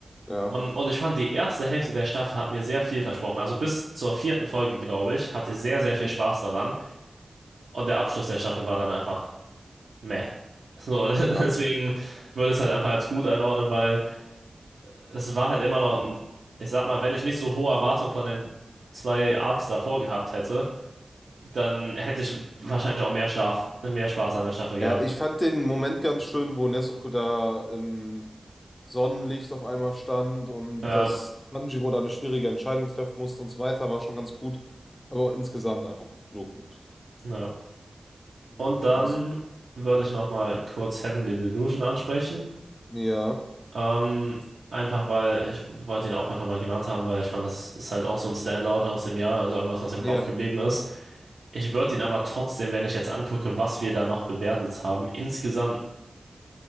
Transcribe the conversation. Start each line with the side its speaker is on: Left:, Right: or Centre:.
Left: Ja.
Right: Ähm, und ich fand, die erste Hälfte der Staffel hat mir sehr viel versprochen. Also bis zur vierten Folge, glaube ich, hatte ich sehr, sehr viel
Left: Mhm.
Right: Spaß daran. Und der Abschluss der Staffel war dann einfach meh. So, <laughs> deswegen
Left: Ja.
Right: würde ich es halt einfach als gut einordnen, weil es war halt immer noch, ein- ich sag mal, wenn ich nicht so hohe Erwartungen von den zwei Arcs davor gehabt hätte, dann hätte ich wahrscheinlich auch mehr, Starf, mehr Spaß an der Staffel
Left: Ja,
Right: gehabt.
Left: ich fand den Moment ganz schön, wo Nezuko da im Sonnenlicht auf einmal stand und
Right: Ja,
Left: dass Tanjiro da eine schwierige Entscheidung treffen musste und so weiter, war schon ganz gut. Aber insgesamt einfach nur gut.
Right: ja.
Left: Ja,
Right: Und dann
Left: hast,
Right: würde ich nochmal kurz Heavenly Delusion ansprechen.
Left: ja,
Right: Ähm, einfach weil ich wollte ihn auch einfach mal genannt haben, weil ich fand, das ist halt auch so ein Standout aus dem Jahr, also irgendwas, was im
Left: ja.
Right: Kopf geblieben ist. Ich würde ihn aber trotzdem, wenn ich jetzt angucke, was wir da noch bewertet haben, insgesamt,